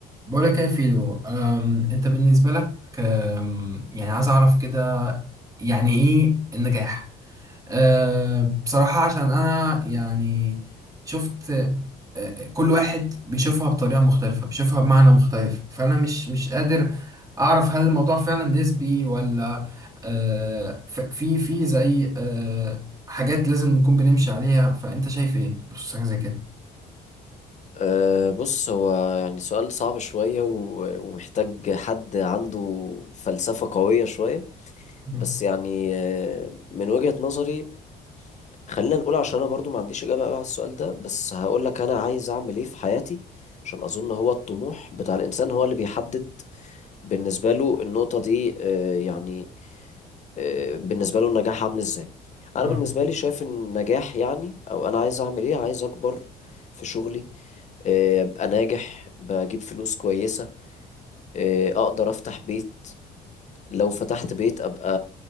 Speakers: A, on the right; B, on the left.
A: بقولك يا فيلو أم، انت بالنسبة لك أم، يعني عايز اعرف كده يعني ايه النجاح أه، بصراحة عشان انا يعني شفت أه، كل واحد بيشوفها بطريقة مختلفة بيشوفها بمعنى مختلف فانا مش مش قادر اعرف هل الموضوع فعلا نسبي ولا أه، ف- في في زي أه، حاجات لازم نكون بنمشي عليها فانت شايف ايه بخصوص حاجة زي كده
B: أه بص هو يعني سؤال صعب شوية و- ومحتاج حد عنده فلسفة قوية شوية
A: مم.
B: بس يعني أه من وجهة نظري خلينا نقول عشان أنا برضو ما عنديش إجابة بقى على السؤال ده بس هقول لك أنا عايز أعمل إيه في حياتي عشان أظن هو الطموح بتاع الإنسان هو اللي بيحدد بالنسبة له النقطة دي أه يعني آه، بالنسبة له النجاح عامل ازاي انا
A: اه
B: بالنسبة لي شايف ان النجاح يعني او انا عايز اعمل ايه عايز اكبر في شغلي آه، ابقى ناجح بجيب فلوس كويسة آه، اقدر افتح بيت لو فتحت بيت ابقى